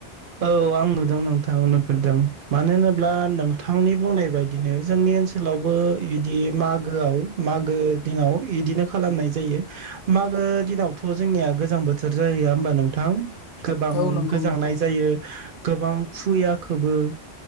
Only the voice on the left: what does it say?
औ नंगौ
नोंथां।